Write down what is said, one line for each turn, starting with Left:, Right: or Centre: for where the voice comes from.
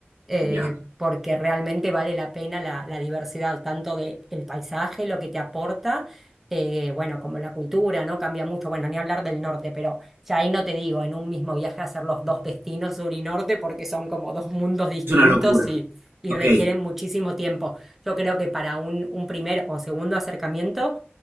Centre: eh,
Right: Ya,
Centre: porque realmente vale la pena la, la diversidad, tanto del paisaje, lo que te aporta, eh, bueno, como la cultura, ¿no? Cambia mucho, bueno, ni hablar del norte, pero ya ahí no te digo, en un mismo viaje hacer los dos destinos, sur y norte, porque son como dos mundos distintos
Right: es una locura.
Centre: y, y
Right: Ok,
Centre: requieren muchísimo tiempo. Yo creo que para un, un primer o segundo acercamiento